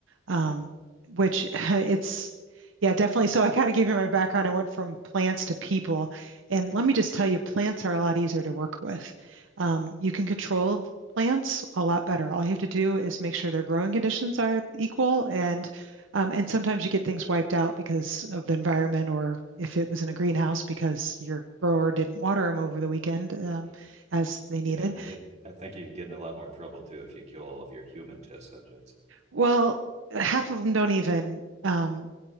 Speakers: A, on the right; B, on the right.
A: um,
B: Mm,
A: which <laughs> it's yeah, definitely. So I kind of gave you my background. I went from plants to people. And let me just tell you, plants are a lot easier to work with. Um, you can control plants a lot better. All you have to do is make sure their growing conditions are equal and um, and sometimes you get things wiped out because of the environment or if it was in a greenhouse because your grower didn't water them over the weekend um,
B: mhm.
A: as they needed.
B: Yeah, and you, I think you get in a lot more trouble too if you kill all of your human test subjects.
A: Well, half of them don't even um,